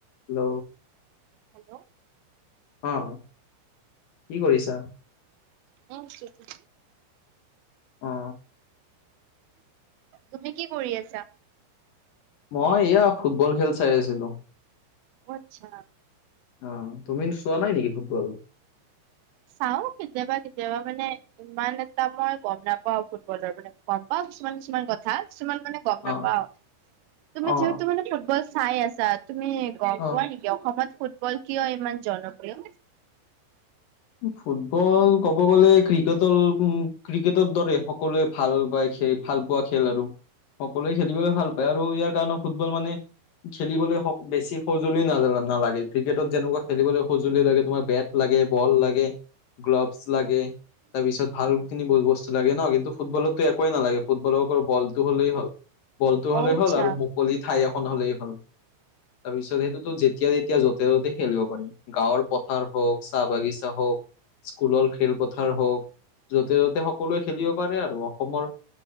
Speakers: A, on the left; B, on the right.
A: Hello.
B: Hello.
A: অঁ, কি কৰিছা?
B: এনে আছোঁ।
A: অঁ।
B: তুমি কি কৰি আছা?
A: মই এয়া ফুটবল খেল চাই আছিলোঁ।
B: অঁ, আচ্ছা।
A: অঁ, তুমি চোৱা নাই নেকি ফুটবল?
B: চাওঁ কেতিয়াবা কেতিয়াবা মানে- ইমান এটা মই গম নাপাওঁ ফুটবলৰ মানে, গম পাওঁ কিছুমান কিছুমান কথা, কিছুমান মানে- গম নাপাওঁ।
A: অ
B: তুমি
A: অ
B: যিহেতু মানে ফুটবল চাই আছা, তুমি- গম
A: অ
B: পোৱা নেকি অসমত ফুটবল কিয় ইমান জনপ্ৰিয়?
A: ফুটবল ক'ব গ'লে ক্ৰিকেটৰ উম ক্ৰিকেটৰ দৰে সকলোৱে- ভাল পায় খেল, ভাল পোৱা খেল আৰু সকলোৱে খেলিবলৈ ভাল পায় আৰু ইয়াৰ কাৰণে ফুটবল মানে- খেলিবলৈ স বেছি সজুলি না নালাগে। ক্ৰিকেটত যেনেকুৱা খেলিবলৈ সজুলি লাগে, তোমাৰ বেট লাগে, বল লাগে। গ্ল'ভছ লাগে তাৰপিছত ভালখিনি বস্তু লাগে ন। কিন্তু ফুটবলততো- একোৱেই নালাগে। ফুটবলৰ অকল বলতটো হ'লেই হ'ল, বলটো হ'লেই
B: অ আচ্ছা।
A: হ'ল আৰু- মুকলি ঠাই এখন হ'লেই হ'ল। তাৰপিছত সেইটোতো যেতিয়া তেতিয়া, য'তে ত'তে খেলিব পাৰিম। গাঁৱৰ পথাৰ হওঁক, চাহ বাগিচা হওঁক, স্কুলৰ খেলপথাৰ হওঁক। য'তে য'তে সকলোৱে খেলিব পাৰে আৰু অসমৰ-